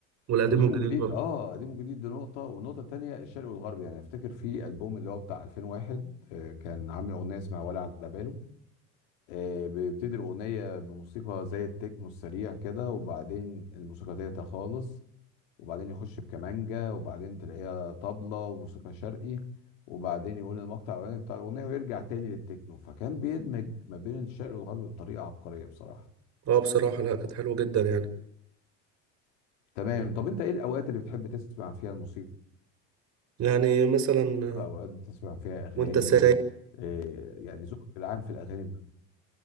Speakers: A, on the right; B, on the left.
A: والقديم
B: قديم
A: والجديد
B: وجديد
A: برضه
B: أه قديم وجديد دي نقطة والنقطة التانية الشرقي والغرب يعني أفتكر في ألبوم اللي هو بتاع 2001 آه، كان عامل أغنية اسمها ولا على باله آه، بيبتدي الأغنية بموسيقى زي التكنو السريع كده وبعدين الموسيقى تهدى خالص وبعدين يخش بكمانجا وبعدين تلاقيها طبلة وموسيقى شرقي وبعدين يقول المقطع الاولاني بتاع الاغنيه ويرجع تاني للتكنو فكان بيدمج ما بين الشرق والغرب بطريقه عبقريه بصراحه
A: اه بصراحة لا كانت حلوة جدا يعني
B: تمام طب انت ايه الاوقات اللي بتحب تسمع فيها الموسيقى
A: يعني مثلا آه،
B: اوقات بتسمع فيها اغاني
A: وانت سايق
B: إيه يعني ذوقك العام في الاغاني